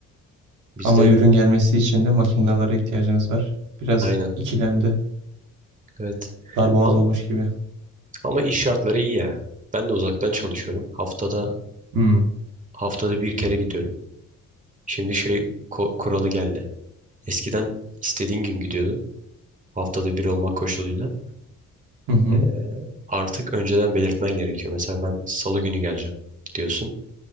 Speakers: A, on the right (about 25°); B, on the right (about 85°).
A: Biz
B: Ama
A: de
B: ürün gelmesi için de makinelere ihtiyacınız var. Biraz
A: aynen.
B: ikilemde
A: Evet.
B: darboğaz
A: Ama
B: olmuş gibi.
A: ama iş şartları iyi ya. Ben de uzaktan çalışıyorum. Haftada
B: Hmm.
A: haftada bir kere gidiyorum. Şimdi şey ko- kuralı geldi. Eskiden istediğin gün gidiyordun. Haftada bir olmak koşuluyla.
B: Hı hı.
A: Ee, artık önceden belirtmen gerekiyor. Mesela ben salı günü geleceğim diyorsun.